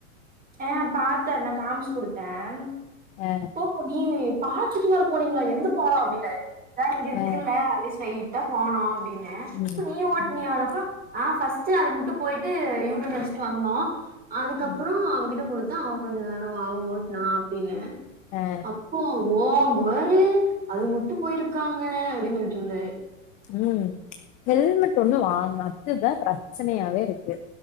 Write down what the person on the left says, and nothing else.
அ
ஆ
ம்
ம்
ம்
ஆ
ம் ஹெல்மெட் ஒண்ணு வாங்கனு அதுதா ப்ரெச்சனயாவே இருக்கு